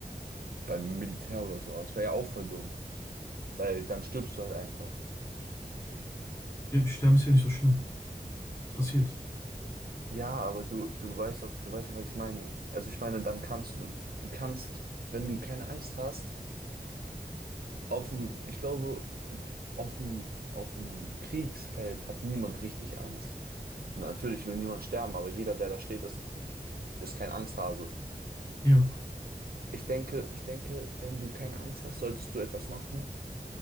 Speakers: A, on the right; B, on the left.
A: beim Militär oder so. Aber Das wäre ja auch voll dumm, weil dann stirbst du halt einfach.
B: Ja, Sterben ist ja nicht so schlimm. Passiert.
A: Ja, aber du, du weißt auch, du weißt auch, was ich meine. Also ich meine, dann kannst du, du kannst, wenn du keine Angst hast, auf dem, ich glaube, auf dem, auf dem Kriegsfeld hat niemand richtig Angst. Natürlich will niemand sterben, aber jeder, der da steht, ist, ist kein Angsthase.
B: Ja,
A: Ich denke, ich denke, wenn du keine Angst hast, solltest du etwas machen,